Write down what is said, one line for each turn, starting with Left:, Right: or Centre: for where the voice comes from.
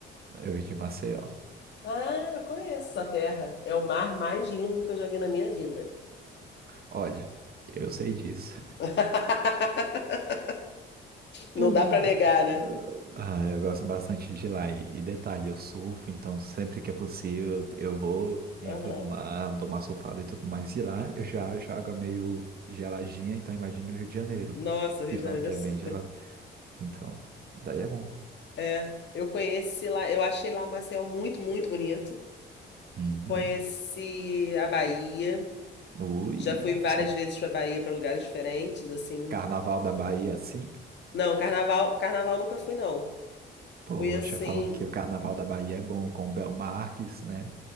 Right: Eu de Maceió.
Left: Ah, eu conheço essa terra. É o mar mais lindo que eu já vi na minha vida.
Right: Olha, eu sei disso.
Left: <laughs> Não
Right: Uhum.
Left: dá para negar, né?
Right: Ah, eu gosto bastante de lá. E, e detalhe, eu surfo, então sempre que é possível eu vou, entro
Left: Aham.
Right: no mar, dou uma surfada e tudo mais. E lá eu já já água meio geladinha, então imagina o Rio de Janeiro,
Left: Nossa, o
Right: que
Left: Rio de
Right: falam
Left: Janeiro
Right: que
Left: é super.
Right: é bem gelado. Então, daí é bom.
Left: É, eu conheci lá, eu achei lá Maceió muito, muito bonito.
Right: Uhum.
Left: Conheci a Bahia.
Right: Ui,
Left: Já fui várias
Right: só
Left: vezes para Bahia, para lugares diferentes, assim.
Right: carnaval da Bahia assim.
Left: Não, carnaval, carnaval nunca fui, não.
Right: Poxa,
Left: Fui assim,
Right: falam que o Carnaval da Bahia é bom, com o Bel Marques, né?